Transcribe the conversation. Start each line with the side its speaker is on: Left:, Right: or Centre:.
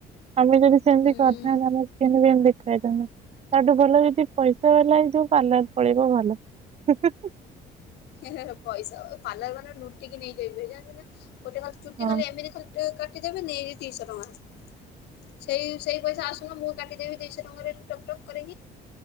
Right: ଆମେ ଯଦି ସେମିତି
Left: ଉଁ
Right: କରିଥାନ୍ତେ ଆମର ସ୍କିନ୍ ବି ଏମିତି ଦେଖା ହେଇଥାନ୍ତା। ତା ଠୁ ଭଲ ଯଦି ପଇସା ହେଲା ଯୋଉ ପାଲର୍ ପଳେଇବ ଭଲ ହୁ ହୁ।
Left: ଏ ହେ ହେ ପଇସା ପାଲାର ବାଲା ଲୁଟିକି ନେଇଯିବେ ଜାଣିଚୁ ନା ଗୋଟେ ଖାଲି ଚୁଟି
Right: ହଁ
Left: କଲେ ଏମିତି ଖାଲି ଟିକେ କାଟିଦେବେ ନେଇକି ଦିଶହ ଟଙ୍କା ସେଇ ସେଇ ପଇସା ଆସୁନ ମୁଁ କାଟିଦେବି ଦିଇଶହ ଟଙ୍କାରେ ଟକ୍ ଟକ୍ କରିକି।